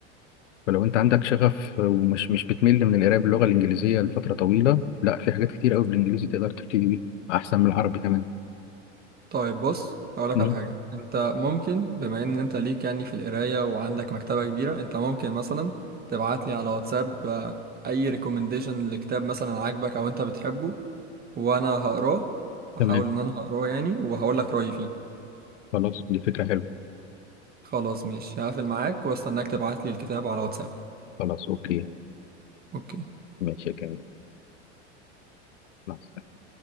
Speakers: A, on the left (about 85°); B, on the right (about 25°).
A: فلو انت عندك شغف ومش مش بتمل من القراية باللغة الانجليزية لفترة طويلة لا في حاجات كتير قوي بالانجليزي تقدر تبتدي بيها احسن من العربي كمان
B: طيب بص هقولك
A: مم.
B: على حاجه انت ممكن بما ان انت ليك يعني في القرايه وعندك مكتبه كبيره انت ممكن مثلا تبعت لي على واتساب آه، اي ريكومنديشن لكتاب مثلا عاجبك او انت بتحبه وانا هقراه احاول
A: تمام
B: ان انا هقراه يعني وهقول لك رايي فيه
A: خلاص دي فكرة حلوة
B: خلاص ماشي هقفل معاك واستناك تبعت لي الكتاب على واتساب
A: خلاص أوكي
B: اوكي
A: ماشي يا كريم مع